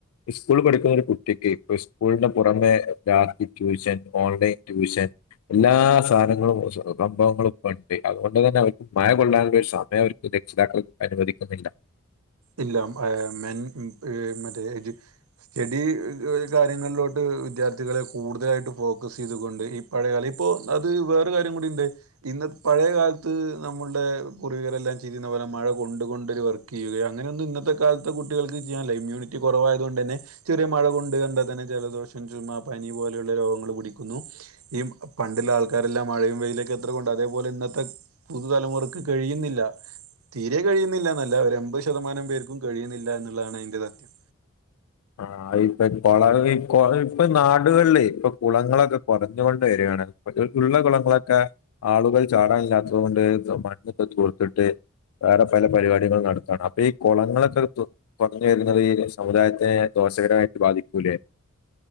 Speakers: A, on the left; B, on the right.
A: സ്കൂൾ പഠിക്കുന്ന ഒരു കുട്ടിക്ക് ഇപ്പ സ്കൂളിന്റെ പുറമെ രാവിലെ ട്യൂഷൻ ഓൺലൈൻ ട്യൂഷൻ എല്ലാ സാധനങ്ങളും സംഭവങ്ങളും ഇപ്പണ്ട് അതുകൊണ്ട് തന്നെ അവ മയ കൊള്ളാനുള്ള ഒരു സമയം അവർക്ക് രക്ഷിതാക്കൾ അനുവദിക്കുന്നില്ല
B: ഇല്ല മെൻ മറ്റേ സ്റ്റഡി കാര്യങ്ങളിലോട്ട് വിദ്യാർത്ഥികളെ കൂടുതലായിട്ട് ഫോക്കസ് ചെയ്തൊണ്ട് ഈ പഴയ കാല ഇപ്പോ അത് വേറെ കാര്യം കൂടിയുണ്ട് ഇന്ന പഴയ കാലത്ത് നമ്മളുടെ പൂർവികരെല്ലാം ചെയിരിക്കുന്ന പോലെ മഴ കൊണ്ട് കൊണ്ടൊരു വർക്ക് ചെയ്യുകയ അങ്ങനെയെന്നും ഇന്നത്തെ കാലത്തെ കുട്ടികൾക്ക് ചെയ്യാനല്ല ഇമ്മ്യൂിറ്റി കുറവായതുകൊണ്ട് തന്നെ ചെറിയ മഴ കൊണ്ട് കൊണ്ടാ തന്നെ ജലദോഷം ചുമ പനി പോലെയുള്ള രോഗങ്ങൾ പിടിക്കുന്നു ഈ പണ്ടുള്ള ആൾക്കാരെല്ലാം മഴയും വെയിലൊക്കെ എത്ര കൊണ്ടതാ അതേപോലെ ഇന്നത്തെ പുതുതലമുറക്ക് കഴിയുന്നില്ല തീരെ കഴിയുന്നില്ലന്നല്ല ശതമാനം പേർക്കും കഴിയുന്നില്ല എന്നുള്ളതാണ് അതിന്റെ സത്യം
A: ആ ഇപ്പൊ കുള ഇപ്പൊ നാടുകളില് ഇപ്പൊ കുളങ്ങളൊക്കെ കുറഞ്ഞുകൊണ്ട് വരു ഉള്ള കുുളങ്ങളൊക്കെ ആളുകൾ ചാടാനില്ലാത്തത് കൊണ്ട് ഇ മണ്ണൊക്കെ ചോർത്തിട്ട് വേറെ പല പരിപാടികൾ നടത്താണ് അപ്പൊ ഈ കുളങ്ങളൊക്കെ കുറഞ്ഞു വരുന്നത് ഈ സമുദായത്തി ദോഷകരമായിട്ട് ബാധിക്കൂലേ